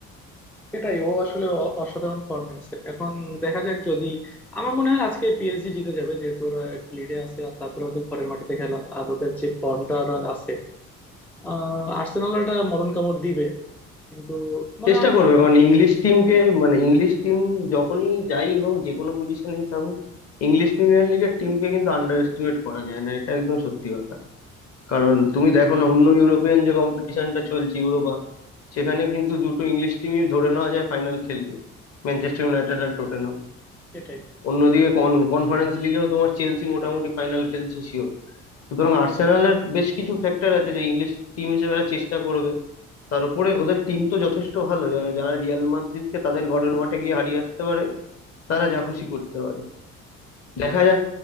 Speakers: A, in the centre; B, on the left (about 35°).
A: সেটাই ও আসলে অ- অসাধারণ ফরম্যান্স এখন দেখা যাক যদি আমার মনে হয় আজকে পিএসজি জিতে যাবে যেহেতু ওরা একটু লিডে আছে আর তারপরে ওদের ঘরের মাটিতে খেলা আর ওদের যে ফর্মটা আর আছে আহ আর্সেনাল এটা মরণ কামড় দিবে কিন্তু মনে
B: চেষ্টা
A: হয় যে
B: করবে কারণ ইংলিশ টিমকে মানে ইংলিশ টিম যখনই যাই হোক যে কোনো পজিশনেই থাকুক ইংলিশ প্রিমিয়ার লিগের টিমকে কিন্তু আন্ডার এস্টিমেট করা যায় না এটা একদম সত্যি কথা কারণ তুমি দেখো না অন্য ইউরোপিয়ান যে কম্পিটিশনটা চলছে ইউরোপা সেখানে কিন্তু দুটো ইংলিশ টিমই ধরে নেওয়া যায় ফাইনাল খেলবে ম্যানচেস্টার ইউনাইটেড আর টটেনহাম
A: সেটাই
B: অন্যদিকে কনফারেন্স লিগেও তোমার চেলসি মোটামুটি ফাইনাল খেলছে শিওর সুতরাং আর্সেনালের বেশ কিছু ফ্যাক্টর আছে যে ইংলিশ টিম হিসেবে এরা চেষ্টা করবে তার উপরে ওদের টিম তো যথেষ্ট ভালো যা- যারা রিয়াল মাদ্রিদকে তাদের ঘরের মাঠে গিয়ে হারিয়ে আসতে পারে তারা যা খুশি করতে পারে দেখা যাক